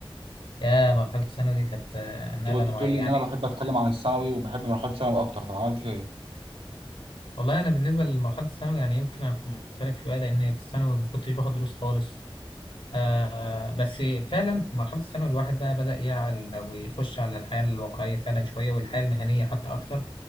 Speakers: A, on the left (about 70°); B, on the right (about 80°).
A: يا مرحلة الثانوي دي كانت آه،
B: انت
A: نقلة
B: كنت
A: نوعية
B: بتقول لي ان
A: يعني
B: انا بحب اتكلم عن الثانوي وبحب مرحله ثانوي اكتر طب عملت فيها ايه؟
A: والله أنا بالنسبة لمرحلة الثانوي يعني يمكن أنا كنت مختلف شوية لأن في الثانوي ما كنتش باخد دروس خالص آه بس فعلا في مرحلة الثانوي الواحد بقى بدأ يعقل ويخش على الحياة الواقعية فعلا شوية والحياة المهنية حتى أكتر